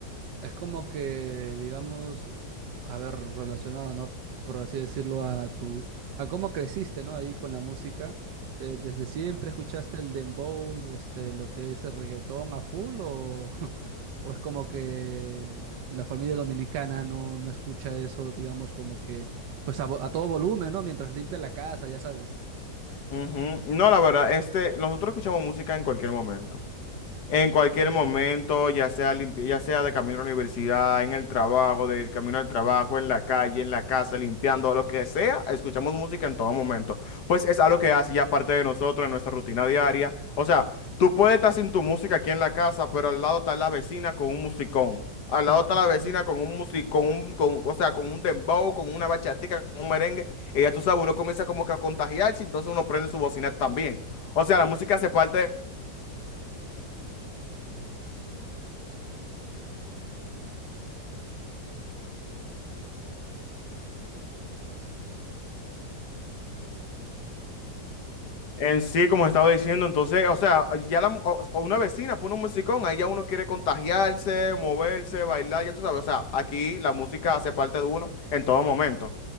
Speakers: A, on the right; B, on the left.
A: Es como que, digamos, a ver, relacionado, ¿no? Por así decirlo, a tu, a cómo creciste, ¿no? Ahí con la música. Eh, ¿desde siempre escuchaste el dembow, este, lo que es el reggaetón a full o, <laughs> o es como que la familia dominicana no, no escucha eso, digamos, como que, pues a, vo- a todo volumen, ¿no? Mientras limpia la casa, ya sabes.
B: Ujú. No, la verdad, este, nosotros escuchamos música en cualquier momento. En
A: Uh.
B: cualquier momento, ya sea limpi- ya sea de camino a la universidad, en el trabajo, del camino al trabajo, en la calle, en la casa, limpiando, lo que sea, escuchamos música en todo momento. Pues es algo que hace ya parte de nosotros, en nuestra rutina diaria. O sea, tú puedes estar sin tu música aquí en la casa, pero al lado está la vecina con un musicón. Al
A: <laughs>
B: lado está la vecina con un músico, con un, con, o sea, con un dembow, con una bachatica, con un merengue. Y ya tú sabes, uno comienza como que a contagiarse, entonces uno prende su bocina también. O sea, la música hace parte En sí, como estaba diciendo, entonces, o sea, ya la, o- o una vecina pone un musicón, ahí ya uno quiere contagiarse, moverse, bailar, ya tú sabes, o sea, aquí la música hace parte de uno en todo momento.